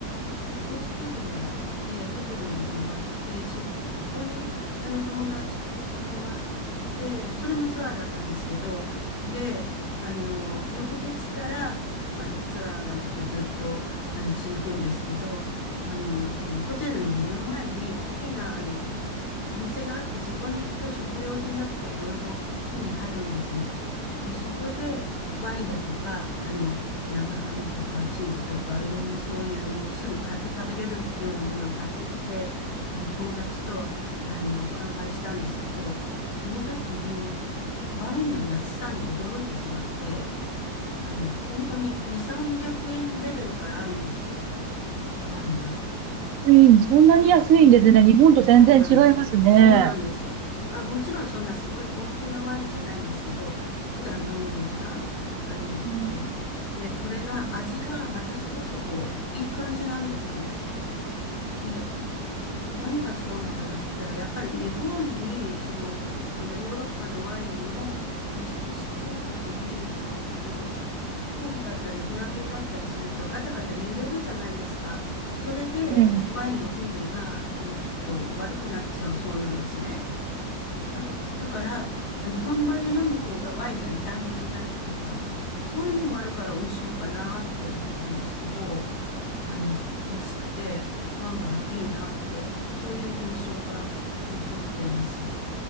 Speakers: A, on the left; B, on the right.
A: オーストリアでホテルに泊まって、そ、そこに、あの、友達と泊まって、それもツアーだったんですけど、で、あの、翌日から、まあ、ツアーがまたずっと、あの、続くんですけど、あの、そのホテルの目の前に大きな、あの、お店があって、そこに行くと食料品だとかいろいろ手に入るんですね。で、そこでワインだとか、あの、生ハムとかチーズとか、いろんなそういうもうすぐ買って食べれるようなものを買ってきて、あの、友達と、あの、乾杯したんですけど、その時にワインの安さに驚いてしまって、あの、本当に2、300円レベルからあるんですよ、ワインが。
B: ワインそんなに安いんですね。日本と全然違いますね。
A: そうなんですよ。そうなんですよ。あ、もちろんそんなすごい高級なワインじゃないんですけど、普段飲むような、あの、
B: うん。
A: ワイン。で、それが味がまたそこそこいい感じなんですよね。で何が違うのかなって言ったら、やっぱり日本に、その、そのヨーロッパのワインを輸出してくるときに、あの、飛行機だったり船便だったりするとガタガタ揺れるじゃないですか。それでワインの風味が、
B: うん。
A: あの、ちょっと悪くなっちゃうそうなんですね。だ、だから、あの、本場で飲む方がワインが傷んでいないっていうか、そういうのもあるから美味しいのかなって思ったんですけど、あの、安くて案外いいなって、そういう印象が残ってます。